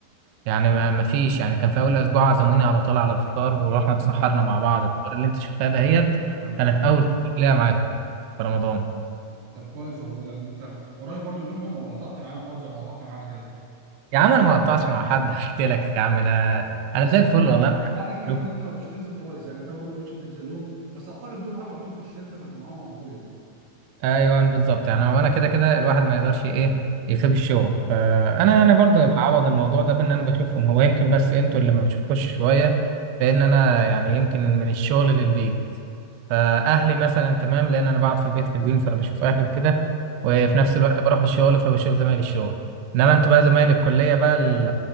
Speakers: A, on the right; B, on the right.
A: يعني ما ما فيش يعني كان في اول اسبوع عزموني على طول على الفطار ورحنا اتسحرنا
B: اه
A: مع بعض الفطار اللي انت شفتها دهيت
B: ايوه
A: كانت اول ليا معاكم في رمضان
B: أيوة. طب كويس والله يعني انت قريب برضه منهم ولا قطعت معاهم برضه زي ما قطعت معانا كده
A: يا عم انا ما قطعتش مع حد <laughs> قلت لك يا عم انا انا
B: لا
A: زي الفل
B: بس يعني
A: والله انا بحبكم
B: معنى الكلام
A: كلكم
B: ان انت ما بقتش تنزل خالص يعني انت برضه ما بقتش تنزل لهم بس اعتقد دول معاك على طول في الشركه فانت معاهم على طول يعني
A: ايوه بالظبط يعني هو انا كده كده الواحد ما يقدرش ايه يسيب الشغل فانا
B: بالظبط
A: انا برضو بعوض الموضوع ده بان انا بشوفهم هو يمكن بس انتوا اللي ما بشوفكوش شويه لان انا يعني يمكن من الشغل للبيت فاهلي مثلا تمام لان انا بقعد في البيت حلوين فانا بشوف اهلي وكده وفي
B: مم.
A: نفس الوقت بروح الشغل فبشوف زمايلي الشغل انما انتوا بقى زمايلي الكليه بقى ال-